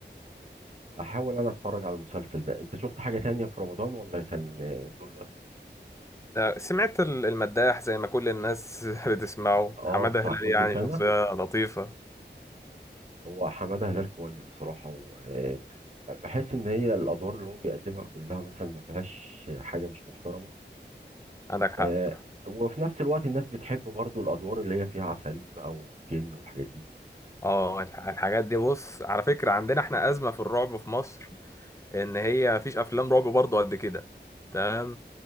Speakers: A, on the right (about 35°); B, on the left (about 15°).
A: احاول انا اتفرج على المسلسل ده انت شفت حاجة تانية في رمضان ولا كان آه، دول بس
B: سمعت ال- المداح زي ما كل الناس <laughs> بتسمعه
A: اه
B: حمادة
A: بتاع
B: هلال
A: كل
B: يعني
A: سنة
B: شخصية لطيفة
A: هو حمادة هلال كويس بصراحة وبحس ان هي الادوار اللي هو بيقدمها كلها مثلا ما فيهاش حاجة مش محترمة
B: عندك حق
A: آه، وفي نفس الوقت الناس بتحب برضو الادوار اللي هي فيها عفاريت بقى وجن والحاجات دي
B: اه الح- الحاجات دي بص على فكرة عندنا احنا أزمة في الرعب في مصر إن هي مفيش أفلام رعب برضه قد كده تمام